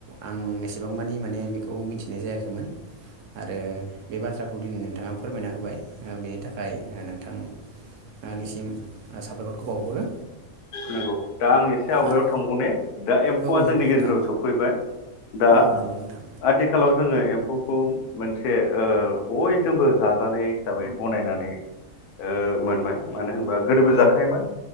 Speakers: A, on the right; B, on the left.
A: आं एसेबां मानि माने बेखौ मिथिनाय जायाखैमोन आरो बे बाथ्राखौ नोंथाङा फोरमायना होबाय बेनि थाखाय नोंथां निसिम साबायखरखौ बावहरो।
B: नंगौ दा आं एसे आवगायाव
A: आरो
B: थांबाव दा एम्फौआ
A: औ नंगौ
B: जोंनि
A: नोंथां
B: गेजेराव सफैबाय दा
A: औ नंगौ नोंथां
B: आथिखालाव जोङो एम्फौखौ मोनसे ओ बयजोंबो जाजानाय हिसाबै गनायनानै ओ मोनबाय मानो होनबा गोदोबो जाखायोमोन।